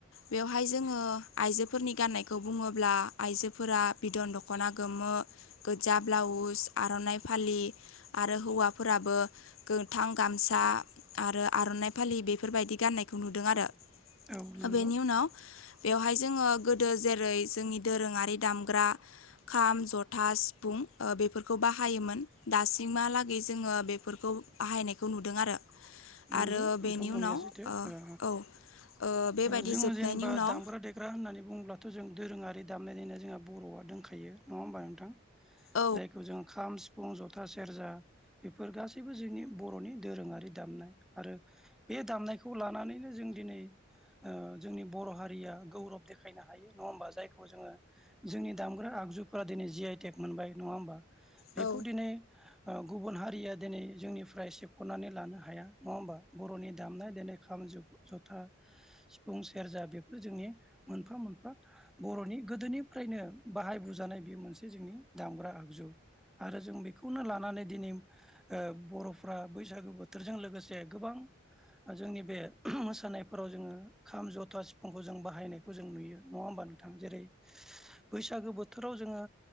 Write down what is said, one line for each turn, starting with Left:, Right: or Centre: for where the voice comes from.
Left: बेव- हाय जोङो आइजोफोरनि गान्नायखौ बुङोब्ला आइजोफोरा बिदन दख'ना गोमो गोजा ब्लाउस आर'नाइ फालि आरो हौवाफोराबो गोथां गामसा सा आरो आर'नाइ फालि बेफोरबायदि गाननायखौ नुदों आरो
Centre: औ नंगौ
Left: बेनि उनाव बेवहाय जोङो गोदो जेरै जोंनि दोरोङारि दामग्रा खाम, जथा, सिफुं बेफोरखौ बाहायोमोन दासिमहालागै जोङो बेफोरखौ बाहायनायखौ नुदों आरो
Centre: नंगौ
Left: आरो
Centre: नोंथां
Left: बेनि
Centre: बुंनाया
Left: उनाव
Centre: सैथो ओ
Left: औ ओ बेबायदि
Centre: जोङो
Left: जोबनायनि
Centre: जेनेबा
Left: उनाव
Centre: दामग्रा देग्रा होननानै बुङोब्लाथ' जों दोरोङारि दामनाय देनाय जोंहा बर'आ दोंखायो नङा होमबा नोंथां
Left: औ
Centre: जायखौ जों खाम सि- फुं जथा सेरजा बेफोर गासैबो जोंनि बर'नि दोरोङारि दामनाय आरो बे दामनायखौ लानानैनो जों दिनै ओ जोंनि बर' हारिया गौरब देखायनो हायो नङा होमबा जायखौ जोङो जोंनि दामग्रा आगजुफोरा दिनै जि आइटेक मोनबाय नङा होमबा बेखौ
Left: औ
Centre: दिनै ओ गुबुन हारिया दिनै जोंनिफ्राय सेख'नानै लानो हाया नङा होमबा बर'नि दामनाय देनाय खाम ज जथा सिफुं सेरजा बेफोर जोंनि मोनफा मोनफा बर'नि गोदोनिफ्रायनो बाहाय बोजानाय बे मोनसे जोंनि दामग्रा आगजु। आरो जों बेखौनो लानानै दिनै ओ बर'फ्रा बैसागो बोथोरजों लोगोसे गोबां जोंनि बे मोसानायफोराव जोङो खाम जथा सिफुंखौ जों बाहायनायखौ जों नुयो नङा होमबा नोंथां। जेरै बैसागो बोथोराव जोङो